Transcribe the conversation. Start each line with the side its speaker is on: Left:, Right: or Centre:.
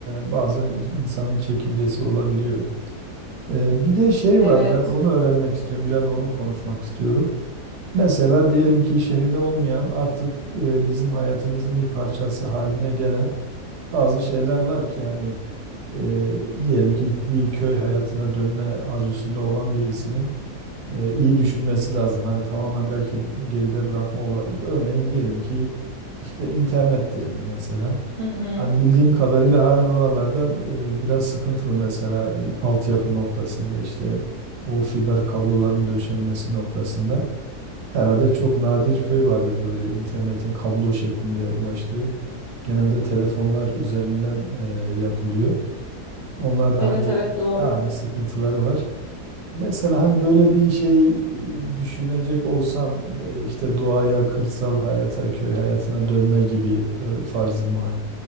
Right: e, bazen insanın çekincesi olabiliyor. E, bir de şey
Left: Evet.
Right: var ben onu öğrenmek istiyorum. Biraz onu konuşmak istiyorum. Mesela diyelim ki şehirde olmayan artık e, bizim hayatımızın bir parçası haline gelen bazı şeyler var ki yani e, diyelim ki bir köy hayatına dönme arzusunda olan birisinin e, iyi düşünmesi lazım. Hani tamamen belki geride bırakma olabilir. Örneğin diyelim ki işte internet diyelim mesela.
Left: Hı hı.
Right: Hani bildiğim kadarıyla halen oralarda e, biraz sıkıntılı mesela e, altyapı noktasında işte o fiber kabloların döşenmesi noktasında herhalde çok nadir köy vardır böyle internetin kablo şeklinde ulaştığı. Genelde telefonlar üzerinden e, yapılıyor. Onlar da
Left: Evet
Right: hani
Left: evet doğru.
Right: halen sıkıntıları var. Mesela hani böyle bir şey e, düşünecek olsan e, işte doğaya, kırsal hayata, köy hayatına dönme gibi e, farz-ı muhal.